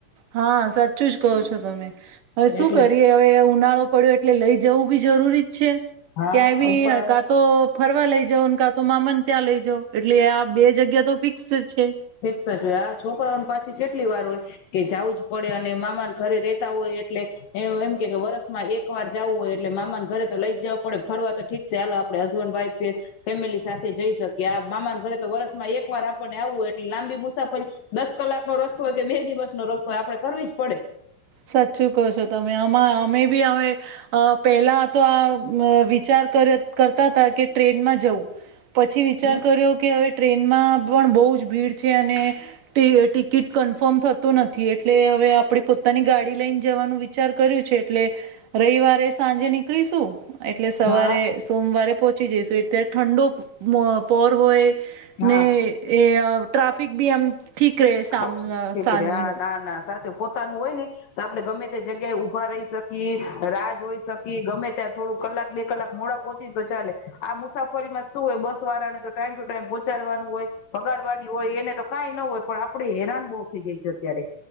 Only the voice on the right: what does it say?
હા સાચું જ કહો છો તમે. હવે શું
કરીએ હવે ઉનાળો પડ્યો એટલે લઈ જ જવું બી જરૂરી છે
ક્યાંય બી
કા તો ફરવા લઈ જવાનો કા તો મામન ત્યાં લઈ જાઓ. એટલે આ બે જગ્યા તો ફિક્સ છે.
સાચું કહ છો તમે આમાં અમે બી અમે પેલા તો આ વિચાર કરતા હતા કે ટ્રેનમાં જવું પછી વિચાર
કર્યો કે હવે ટ્રેનમાં પણ બોજ ભીડ છે અને ટિકિટ કન્ફર્મ થતું નથી એટલે હવે આપણે પો તાની ગાડી લઈને જવાનું વિચાર કર્યું છે એટલે રવિવારે સાંજે નીકળીશું. એટલે સવારે
સોમવારે પોહચ. <unintelligible> ત્યારે ઠંડો મો પોર હોય
ને એ આ ટ્રાફિક બી આમ ઠીક રહે શામ
અ
સાંજનુ.